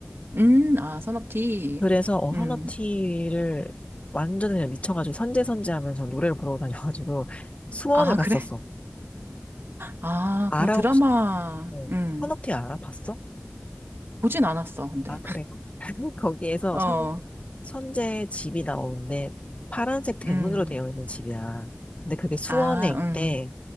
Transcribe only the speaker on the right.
음, 아, 산업티.
음.
아,
그래? 아,
그럼 드라마,
음.
보진 않았어, 근데.
<laughs> 어,
음.
아,
음.